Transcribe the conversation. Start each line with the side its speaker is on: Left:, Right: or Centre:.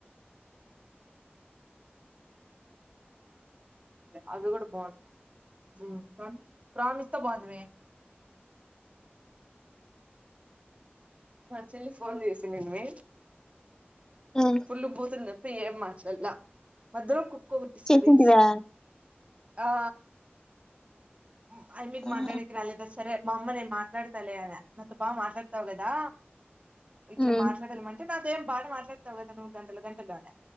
Right: అవి కూడా బాగున్నాయి ప్రామిస్ తో పొది మే మా చెల్లి ఫోన్ చేసి నిని మే
Left: హ్మ్
Right: ఫులు బుతులు ఫ్రమ్ మార్చాలా మధ్యలో కుక్కో డిస్టబెన్స్
Left: చేసింటివా
Right: ఆ ఆ అమ్మి
Left: ఆహా
Right: మాట్లాడేకి రాలదా సరే మా అమ్మ నేను మాట్లాడతాలే అనే నాతో బాగా మాట్లాడతావు కదా ఇట్లా
Left: హ్మ్
Right: మాట్లాడాలమంట <unintelligible> నాతో ఏం బాగా మాట్లాడతావు కద గంటలు గంటలోనే